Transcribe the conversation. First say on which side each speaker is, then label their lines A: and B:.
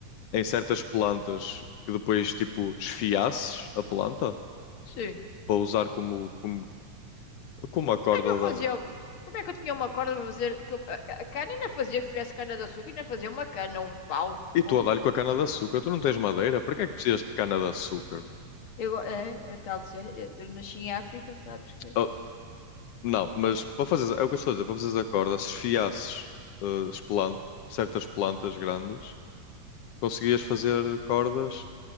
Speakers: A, on the left (about 80°); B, on the left (about 50°).
A: em certas plantas que depois, tipo, esfiasses a planta
B: Sim.
A: para usar como, como, como a
B: Como
A: corda
B: é que eu fazia?
A: da.
B: Como é que eu tinha uma corda para fazer? Que eu- a, a cana ainda fazia, que se tivesse cana de açúcar, ainda fazia uma cana, um pau,
A: E
B: um.
A: tu a dar-lhe com a cana de açúcar. Tu não tens madeira? Para que é que precisas de cana de açúcar?
B: Eu, é, é tal de cena. Eu, eu nasci em África, sabes que?
A: Ah, não, mas para fazer. É o que eu estou a dizer. Para fazer a corda, se esfiasses ah, as plan- certas plantas grandes, conseguias fazer cordas.